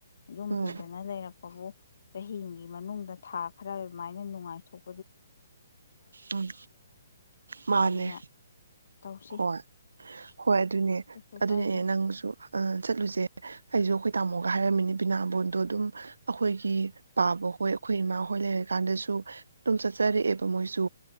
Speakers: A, on the left (about 60°); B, on the right (about 75°).
A: ꯌꯨꯝ
B: ꯎꯝ
A: ꯄꯨꯗꯅ ꯂꯩꯔꯛ ꯐꯕꯨ ꯆꯍꯤ ꯏꯡꯒꯤ ꯃꯅꯨꯡꯗ ꯊꯥ ꯈꯔ ꯑꯗꯨꯃꯥꯏꯅ ꯅꯨꯡꯉꯥꯏꯊꯣꯛ
B: ꯎꯝ ꯃꯥꯅꯦ
A: ꯑꯗꯨꯅ ꯇꯧꯁꯤ
B: ꯍꯣꯏ ꯍꯣꯏ ꯑꯗꯨꯅꯦ
A: ꯀꯩꯁꯨ
B: ꯑꯗꯨꯅꯦ
A: ꯀꯥꯏꯗꯦ
B: ꯑꯦ ꯅꯪꯁꯨ ꯑ ꯆꯠꯂꯨꯖꯦ ꯑꯩꯁꯨ ꯑꯈꯣꯏ ꯇꯥꯃꯣꯒ ꯍꯥꯏꯔꯝꯃꯤ ꯕꯤꯅꯥꯕꯣꯟꯗꯣ ꯑꯗꯨꯝ ꯑꯩꯈꯣꯏꯒꯤ ꯄꯥꯕ ꯍꯣꯏ ꯑꯩꯈꯣꯏ ꯏꯃꯥ ꯍꯣꯏ ꯂꯩꯔ ꯀꯥꯟꯗꯁꯨ ꯑꯗꯨꯝ ꯆꯠ ꯆꯡꯇꯔꯛꯑꯦꯕ ꯃꯣꯏꯁꯨ